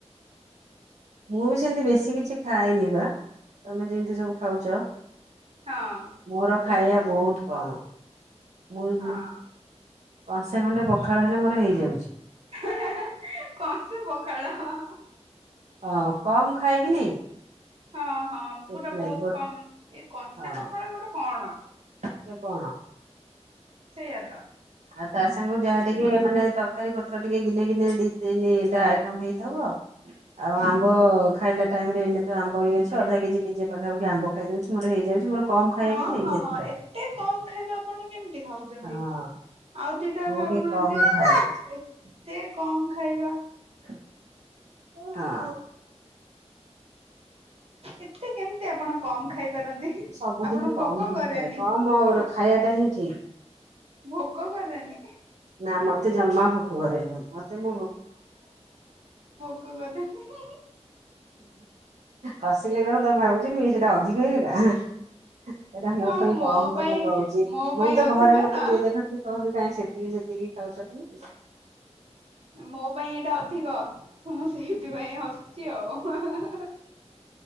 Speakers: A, on the right; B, on the right.
A: ମୁଁ ବି ସେମିତି ବେଶୀ କିଛି ଖାଏନି। ବା ତମେ ଯେମିତି ସବୁ ଖାଉଛ।
B: ହଁ।
A: ମୋର ଖାଇବା ବହୁତ କମ। ମୋର୍।
B: ହଁ
A: କଂସେ ଖଣ୍ଟେ ପଖାଳ ହେଲେ ମୋର ହେଇଯାଉଛି।
B: ହେ ହେଂ ହେଂକଂ ସେ ପଖଳ ହଂ।
A: ଅ କମ ଖାଏ କି ନାଇଁ।
B: ହଁ ହଁ
A: ସେଥିଲାଗି
B: ପୁରା ବହୁତ
A: ଗୋ
B: କମ୍। ଏଇ କଂସେ
A: ହଁ
B: ପଖାଳ ଗୋଟେ କଣ
A: ସେ କଣ
B: ସେଇଆା ତ।
A: ଆଉ ତା ସାଙ୍ଗ ଯାହା ଟିକେ ମାନେ ତରକାରୀ ପତ୍ର ଟିକେ। ଗିନେ ଗିନେ ଦି ତିନି ଟା ଆଇଟମ ହେଇଥିବ। ଆଉ ଆମ୍ବ ଖାଇଲା ଟାଇମ ରେ ଏନ ତ ଆମ୍ବ ହେଇ ଅଛି ଅଧା କେଜି କେଜି ପାଖାପାଖି ଆମ୍ବ ଖାଇଦଉଛି। ମୋର ହେଇଯାଉଛି ମୋର। କମ ଖାଇବା
B: ହଁ
A: କି ନାଇଁ
B: ହଁ
A: ସେଥିଲାଗି
B: ହଁ ଏତେ କମ ଖାଇବା ଆପଣ କେମିତି ଖାଉଛନ୍ତି। ଚନତି
A: ହଁ
B: ଆଉ ଦିଟା
A: ମୁଁ
B: ଖାଉନାହାନ୍ତି
A: ଟିକେ କମ ଖାଏ
B: ଏତେ କମ୍। କଣ ଖାଇବା।
A: ହଁ।
B: ଏତେ କେମିତି ଆପଣ। କମ ଖାଇପାରନ୍ତି।
A: ସବୁଦିନ
B: ଆପଣ
A: କମ
B: ଭୋକ
A: ହିଖାଏ
B: କରେନି
A: କମ ଅ ଖାଇବା ଟା ହିଁ। <inaudible>
B: ଭୋକ କରେନି।
A: ନା ମତେ ଜମା ଭୋକ କରେନି। ମତେ ମୁଁ
B: କ କଥା ହିଂ ହିଂ ହିଂ।
A: ହସିଲେ କଣ ତମେ ଭାବୁଛ କି ସେଇଟା ଅଧିକ ହେଇଗଲା। ସେଇଟା ମୋ
B: ହଁ
A: ପାଇଁ କମ
B: ପାଇଁ
A: ତ ମୁଁ କହୁଛି।
B: ମୋ ପାଇଁ
A: ମୁଁ ତ
B: ଅଧିକ
A: ଘରେ ମତେ
B: ନା
A: ଯିଏ ଦେଖନ୍ତିି କହନ୍ତି। କାହିଁକି ସେତିକି ସେତିକି ଖାଉଚ।
B: ମୋ ପାଇଁ ଏଇଟା ଅଧିକ ତ ମୁଁ ସେଇ ସେଇଥିପାଇଁ ହସୁଛି ଆଉ ହାଁ ହାଁ ହାଁ।